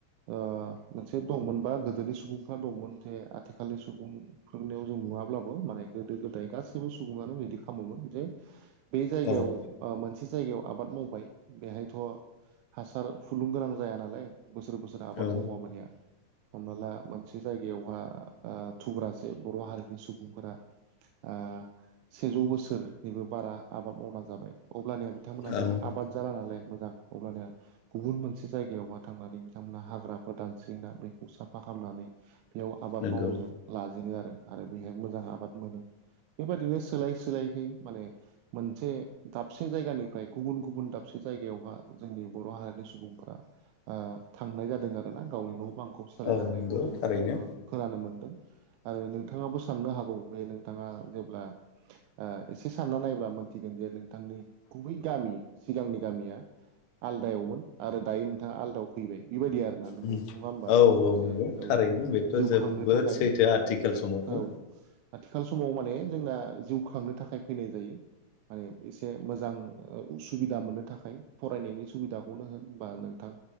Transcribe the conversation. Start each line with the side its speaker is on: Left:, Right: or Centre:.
Right: ओ मोनसे दंमोनबा गोदोनि सुबुंफ्रा दंमोन जे आथिखालनि सुबुं फोरोंनायाव जों नुङाब्लाबो माने गोदो गोदाय गासैबो सुबुङानो बिदि खामोमोन जे बे जायगायाव
Left: औ
Right: ओ मोनसे जायगायाव आबाद मावबाय बेहायथ' हासार फुलुं गोनां जाया नालाय बोसोर बोसोर आबाद
Left: औ
Right: मावबा मानिया हमना ला मोनसे जायगायावहा आ थुब्रासे बर' हारिनि सुबुंफोरा आ सेजौ बोसोरनिबो बारा आबाद मावना जाबाय अब्लानिया बिथांमोना
Left: औ
Right: बेहाय आबाद जाला नालाय मोजां अब्लानिया गुबुन मोनसे जायगायावहा थांनानै बिथांमोनहा हाग्रा गोदानस्रिंना बेखौ साफा खालामनानै बेयाव आबाद
Left: नंगौ
Right: मावो जों। लाजेनो आरो आरो बेहाय मोजां आबाद मोनो बेबायदिनो सोलाय सोलायहै माने मोनसे दाबसे जायगानिफ्राय गुबुन गुबुन दाबसे जायगायावहा जोंनि बर' हारिनि सुबुंफोरा आ थांनाय जादों आरो। गावनि न' बांखौ सालायलांनायखौ
Left: औ नंगौ
Right: जों
Left: थारैनो
Right: ओ खोनानो मोनदों आरो नोंथाङाबो साननो हागौ बे नोंथाङा जेब्ला आ एसे सानना नायोबब्ला मोनथिगोन जे नोंथांनि गुबै गामि सिगांनि गामिया आलदायावमोन आरो दायो नोंथाङा आलदायाव फैबाय बेबायदि आरोना। नङा
Left: उम।
Right: होमबा
Left: औ औ
Right: मोनसे
Left: नंगौ
Right: औ
Left: थारैनो बेथ'
Right: जिउ
Left: जोबोद
Right: खांनो थाखाय
Left: सैथो आथिखाल समावबो
Right: औ आथिखाल समाव माने जोंना जिउ खांनो थाखाय फैनाय जायो माने एसे मोजां उसुबिदा मोननो थाखाय फरायनायनि सुबिदाखौनो होन बा नोंथां